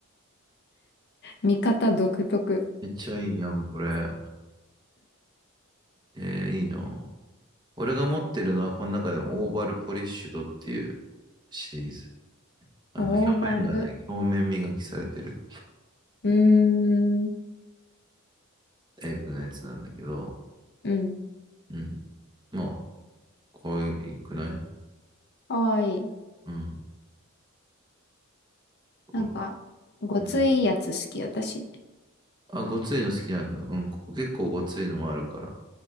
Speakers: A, on the left; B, on the right.
A: 見方独特。
B: めっちゃいいやん、これ。えーいいな。俺が持ってるのは、この中でもオーバルポリッシュドっていうシリーズ。あの、
A: オーバル。
B: 表面がね、表面磨きされてる
A: うーん、
B: タイプのやつなんだけど、
A: うん。
B: うん。まあ、可愛くない
A: かわいい。
B: うん。
A: なんか、
B: ほら
A: ごついやつ好き、
B: うん。
A: 私。
B: あ、ごついの好きなんだ。うん、ここ結構ごついのもあるから。